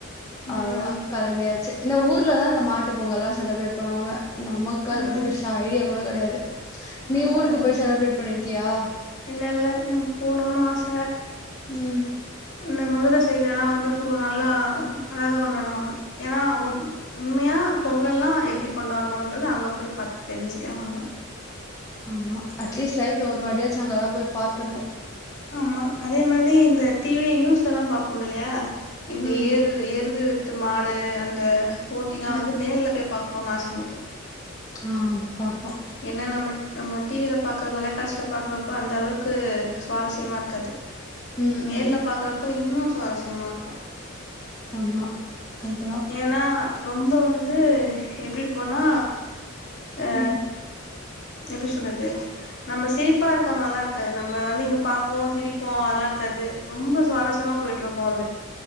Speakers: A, on the left; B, on the left.
A: ம்
B: அவ்ளதா கெளம்பியாச்சு இந்த ஊர்லதா இந்த மாட்டு பொங்கல்லா செலப்ரேட் பண்ணுவாங்க நமக்கு
A: ம்
B: அத பத்தி பெஷா ஐடியா கூட கடையாது நீ
A: ஆ
B: ஊருக்கு
A: கரெக்ட்
B: போய் செலப்ரேட் பண்ணிருக்கியா
A: இல்ல இல்ல எனக்கு போனுனு ஆச
B: ம்
A: இந்த மதுரை சைட்லலா வந்து ஃபு நல்லா அழகா கொண்டாடுவாங்க ஏனா உண் உண்மையா ஆ பொங்கல்லா எப்டி கொண்டாடணுன்றது அங்க போய் பாத் தெரிஞ்சுக்கலா நம்ம
B: ஆமா அட்லீஸ்ட் லைஃப்ல ஒரு வாடியாச்சு அங்கல்லா போய் பாத்துருணு
A: ஆமா அதே மாரி இந்த டிவி நியூஸ்ல எல்லா பாப்போம் இல்லையா இந்த
B: ம்
A: ஏறுது ஏறுது த்து மாடு அந்த போட்டிலா
B: ம்
A: வந்து நேர்ல போய் பாக்கணுனு ஆச எனக்கு
B: ஆ பாக்னு
A: ஏன்னா நம்ம நம்ம டிவில பாக்குற தொலைக்காட்சியில பாக்கறப்ப அந்த அளவுக்கு சுவாரஸ்யமா இருக்காது
B: ம்
A: நேர்ல
B: ம்
A: பாக்குறப்ப இன்னு சுவாரஸ்யமா இருக்கு
B: ஆமா கரெக்ட்டு தா
A: ஏன்னா ரொம்ப வந்து எப்டி இருக்கோனா ஆ
B: ம்
A: எப்டி சொல்றது நம்ம சிரிப்பா இருக்குறமரில்லா இருக்காது நம்ம வந்து இங்க பாப்போ சிரிப்போ அதெல்லா இருக்கா து ரொம்ப சுவாரஸ்யமா போயிட்ருக்கோ அது